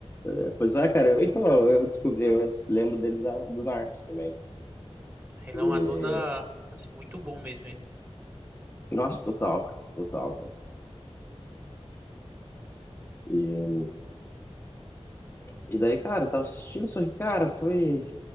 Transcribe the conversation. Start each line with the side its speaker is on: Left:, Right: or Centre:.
Left: É, Pois é, cara. eu- então, eu descobri, eu lembro deles da- do Narcos também.
Right: Ele
Left: E,
Right: é um ator da, assim, muito bom mesmo ele.
Left: nossa, total, cara. Total. né? E, e daí, cara, eu tava assistindo, só que, cara, foi.